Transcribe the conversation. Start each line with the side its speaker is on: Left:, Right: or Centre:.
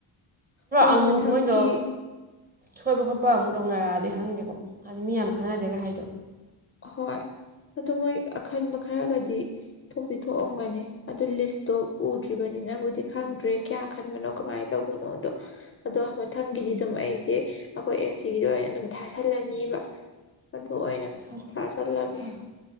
Left: ꯍꯣꯏ
Right: ꯑꯃꯨ
Left: ꯃꯊꯪꯒꯤ
Right: ꯃꯨꯛ ꯅꯣꯏꯗꯣ ꯁꯣꯏꯕ ꯈꯣꯠꯄ ꯄꯥ ꯑꯃꯨꯛ ꯇꯧꯅꯔꯛꯑꯗꯤ ꯍꯪꯗꯦꯀꯣ ꯍꯥꯏꯗꯤ ꯃꯤ ꯌꯥꯝ ꯈꯟꯅꯗꯦꯒ ꯍꯥꯏꯗꯣ
Left: ꯍꯣꯏ ꯑꯗꯣ ꯃꯣꯏ ꯑꯈꯟꯕ ꯈꯔꯒꯗꯤ ꯊꯣꯛꯇꯤ ꯊꯣꯛꯑꯝꯒꯅꯤ ꯑꯗꯨ ꯂꯤꯁꯇꯣ ꯎꯗ꯭ꯔꯤꯕꯅꯤꯅꯕꯨꯗꯤ ꯈꯪꯗ꯭ꯔꯦ ꯀꯌꯥ ꯈꯟꯕꯅꯣ ꯀꯃꯥꯏꯅ ꯇꯧꯕꯅꯣꯗꯣ ꯑꯗꯣ ꯃꯊꯪꯒꯤꯗꯤ ꯑꯗꯨꯝ ꯑꯩꯁꯦ ꯑꯩꯈꯣꯏ ꯑꯦ ꯁꯤꯒꯤꯗ ꯑꯣꯏꯅ ꯑꯗꯨꯝ ꯊꯥꯥꯁꯜꯂꯅꯤꯕ ꯑꯗꯨ ꯑꯣꯏꯅ
Right: ꯊꯖ
Left: ꯊꯥꯖꯤꯜꯂꯒꯦ
Right: ꯊ